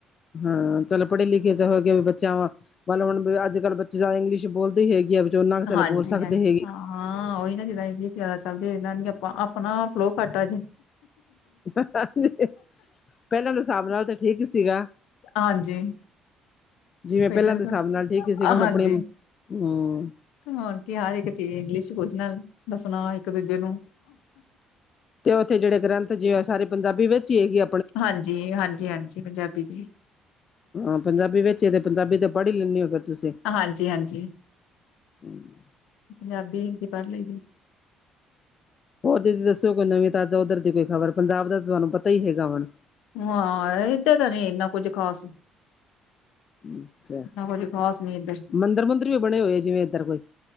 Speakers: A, on the left; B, on the left.
A: ਹਾਂ, ਚਲ ਪੜ੍ਹੇ ਲਿਖੇ ਚ ਹੋਏ ਵੀ ਬੱਚਾ ਵਾ, ਮਨ ਲੋ ਹੁਣ ਅੱਜ- ਕੱਲ੍ਹ ਬੱਚੇ ਜਾਦਾ ਇੰਗਲਸ਼ ਬੋਲਦੇ ਈ ਹੈਗੇ ਆ ਜੋ ਨਾ, ਕਿਸੇ ਵੇਲੇ
B: ਹਾਂਜੀ
A: ਬੋਲ ਸਕਦੇ
B: ਹਾਂ,
A: ਹੈਗੇ
B: ਹਾਂ ਓਈ ਨਾ ਜਿੱਦਾਂ ਇਨੀ ਜ਼ਿਆਦਾ ਚੱਲਦੀ ਏਨਾ ਦੀਆ ਆਪਾਂ ਆਪਣਾ ਫਲੋ ਘੱਟ ਆਜੇ
A: ਹਾਂਜੀ, ਪਹਿਲਾਂ ਦੇ ਸਾਬ ਨਾਲ ਤਾਂ ਠੀਕ ਸੀਗਾ।
B: ਹਾਂਜੀ
A: ਜਿਵੇਂ
B: ਪਹਿਲਾਂ
A: ਪੈਲਾਂ ਦੇ, ਹਿਸਾਬ
B: ਤਾਂ
A: ਨਾਲ ਠੀਕ ਹੀ ਸੀਗਾ, ਹੁਣ ਆਪਣੇ,
B: ਹਾਂਜੀ
A: ਹਮ
B: ਹੋਰ ਕੀ, ਹਰ ਇੱਕ ਚੀਜ਼ ਇੰਗਲਿਸ਼ 'ਚ ਪੁਛਨਾ, ਦਸਨਾ ਇੱਕ ਦੂਜੇ ਨੂੰ
A: ਤੇ, ਉੱਥੇ ਜਿਹੜੇ ਗ੍ਰੰਥ ਜੀ ਐ, ਸਾਰੇ ਪੰਜਾਬੀ ਵਿੱਚ ਈ ਹੈ ਕਿ
B: ਹਾਂਜੀ-ਹਾਂਜੀ, ਹਾਂਜੀ ਪੰਜਾਬੀ ਦੀ
A: ਹਾਂ, ਪੰਜਾਬੀ ਵਿਚ ਏ, ਤੇ ਪੰਜਾਬੀ ਤਾਂ ਪੜ੍ਹ ਹੀ ਲੈਂਨੇ ਓ, ਫੇਰ ਤੁਸੀਂ
B: ਹਾਂਜੀ- ਹਾਂਜੀ।
A: <inaudible>
B: ਪੰਜਾਬੀ, ਹਿੰਦੀ ਪੜ੍ਹ ਲਈਦੀ ਏ
A: ਹੋਰ ਦੀਦੀ ਦੱਸਓ ਕੋਈ ਨਵੀਂ ਤਾਜ਼ਾ, ਉਧਰ ਦੀ ਕੋਈ ਖ਼ਬਰ ਪੰਜਾਬ ਦਾ, ਤਾਂ ਤੁਹਾਨੂੰ ਪਤਾਈ ਹੈਗਾ ਹੁਣ।
B: ਹਾਂ ਏਧ, ਤਾਂ ਨੀ ਇੰਨਾ ਕੁੱਝ ਖਾਸ।
A: ਅੱਛਾ,
B: ਕੁੱਝ ਖ਼ਾਸ ਨੀ ਇੱਧਰ
A: ਮੰਦਿਰ ਮੁੰਦਰ ਵੀ ਬਣੇ ਹੋਏ ਆ। ਜਿਵੇਂ ਇੱਧਰ ਕੋਈ,